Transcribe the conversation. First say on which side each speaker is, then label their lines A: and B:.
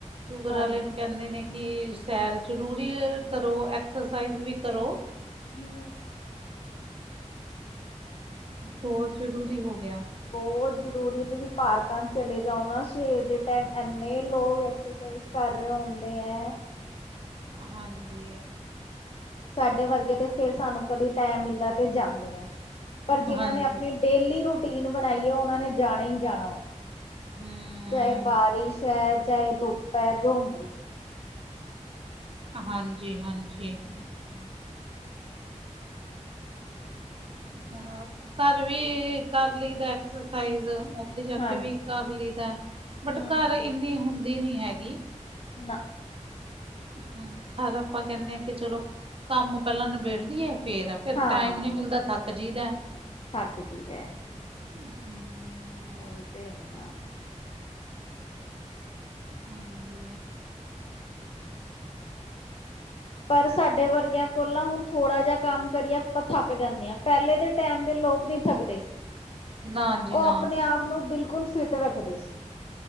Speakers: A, on the right; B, on the left.
A: ਸ਼ੂਗਰ
B: ਹਾਂਜੀ
A: ਵਾਲੇ ਨੂੰ ਕਹਿੰਦੇ ਨੇ ਕਿ, ਸੈਰ ਜ਼ਰੂਰੀ ਕਰੋ, ਐਕਸਰਸਾਈਜ਼ ਵੀ ਕਰੋ।
B: ਹੂੰ
A: ਬਹੁਤ ਜ਼ਰੂਰੀ
B: ਤੁਸੀਂ
A: ਹੋਗਿਆ।
B: ਬਹੁਤ ਜ਼ਰੂਰੀ ਤੁਸੀਂ ਪਾਰਕਾਂ'ਚ ਚਲੇ ਜਾਓ ਨਾ ਸਵੇਰ ਦੇ ਟਾਇਮ, ਇੰਨੇ ਲੋਕ ਐਕਸਰਸਾਈਜ਼ ਕਰ ਰਹੇ ਹੁੰਦੇ ਐ।
A: ਹਾਂਜੀ।
B: ਸਾਡੇ ਵਰਗੇ ਤੇ ਫਿਰ ਸਾਨੂੰ ਕਦੇ ਟੈਮ ਮਿਲਦਾ ਤੇ ਜਾਂਨੇ ਆ, ਪਰ ਜਿਹਨਾਂ
A: ਹਾਂਜੀ
B: ਨੇ ਅਪਣੀ ਡੇਲੀ ਰੂਟੀਨ ਬਣਾਈਏ ਉਹਨਾਂ ਨੇ ਜਾਣਾ ਈ ਜਾਣਾ ਵਾ।
A: ਹਮ
B: ਚਾਹੇ ਬਾਰਿਸ਼ ਐ, ਚਾਹੇ ਧੁੱਪ ਐ, ਜੋ ਮਰਜੀ
A: ਹਾਂਜੀ-ਹਾਂਜੀ।
B: ਹੈ।
A: ਹੁਣ ਘਰ ਵੀ, ਕਰ ਲਈ ਦਾ ਐਕਸਰਸਾਈਜ਼। ਉੱਥੇ ਜਾਕੇ
B: ਹਾਂ
A: ਵੀ ਕਰ ਲਈਦਾ, ਬਟ
B: ਹਮ
A: ਘਰ ਇੰਨੀ ਹੁੰਦੀ ਨੀ ਹੈਗੀ।
B: ਨਾ
A: ਹ, ਹਰ ਆਪਾਂ ਕਹਿੰਨੇ ਆ ਕਿ ਚਲੋ, ਕੰਮ ਪਹਿਲਾਂ ਨਬੇੜ ਲਈਏ ਫੇਰ ਫਿਰ
B: ਹਾਂ
A: ਟਾਈਮ ਨਹੀਂ ਮਿਲਦਾ, ਥੱਕ ਜੀਦਾ।
B: ਥੱਕ ਜੀਦਾ।
A: ਹੂੰ
B: ਓਹੀ ਤੇ, ਏ ਨਾ।
A: ਹਾਂਜੀ।
B: ਪਰ ਸਾਡੇ ਵਰਗਿਆਂ ਕੋਲ ਨਾ ਹੁਨ ਥੋੜਾ ਜਿਹਾ ਕੰਮ ਕਰੀਏ ਆਪਾਂ ਥੱਕ ਜਾਂਨੇ ਆ, ਪਹਿਲੇ ਦੇ ਟਾਈਮ ਦੇ ਲੋਕ ਨੀ ਥੱਕਦੇ ਸੀ।
A: ਨਾ ਜੀ
B: ਉਹ
A: ਨਾ
B: ਅਪਨੇ-ਆਪ ਨੂੰ ਬਿਲਕੁਲ ਫਿੱਟ ਰੱਖਦੇ ਸੀ।